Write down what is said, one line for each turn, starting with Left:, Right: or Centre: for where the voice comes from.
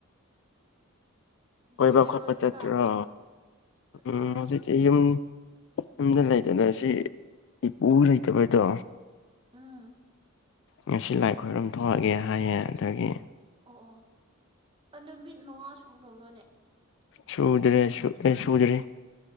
Right: ꯑꯗꯨꯝ
Left: ꯀꯣꯏꯕ
Right: ꯂꯩꯕ꯭ꯔꯣ
Left: ꯈꯣꯠꯄ
Right: ꯌꯨꯝꯗ
Left: ꯆꯠꯇ꯭ꯔꯣ
Right: ꯀꯗꯥꯏꯗꯒꯤ
Left: ꯎꯝ ꯍꯧꯖꯤꯛꯇꯤ ꯌꯨꯝ ꯌꯨꯝꯗ ꯂꯩꯗꯅ ꯁꯤ ꯏꯄꯨ ꯂꯩꯇꯕꯩꯗꯣ
Right: ꯎꯝ
Left: ꯉꯁꯤ ꯂꯥꯏ ꯈꯣꯏꯔꯨꯝ ꯊꯣꯛꯑꯒꯦ ꯍꯥꯏꯌꯦ ꯑꯗꯒꯤ
Right: ꯑꯣ ꯑꯣ ꯑ ꯅꯨꯃꯤꯠ ꯃꯉꯥ ꯁꯨꯈ꯭ꯔꯕ꯭ꯔꯣꯅꯦ
Left: ꯁꯨꯗꯔꯦ ꯁ ꯁꯨꯗꯔꯤ